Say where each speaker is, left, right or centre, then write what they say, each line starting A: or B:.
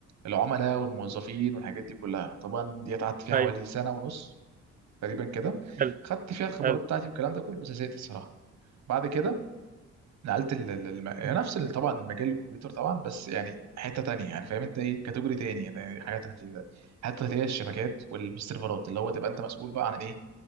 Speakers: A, on the right; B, on the right.
A: العملاء والموظفين والحاجات دي كلها طبعا دي قعدت فيها
B: ايوه
A: حوالي سنه ونص تقريبا كده
B: حلو
A: خدت فيها الخبرات
B: حلو
A: بتاعتي والكلام ده كله بس زهقت الصراحه بعد كده نقلت ال... ال- الم... يعني
B: مم.
A: نفس ال- طبعا المجال الكمبيوتر طبعا بس يعني حته تانية يعني فاهم انت ايه كاتيجوري تاني يعني حاجات خفيفه حتى اللي هي الشبكات والسيرفرات اللي هو تبقى انت مسؤول بقى عن ايه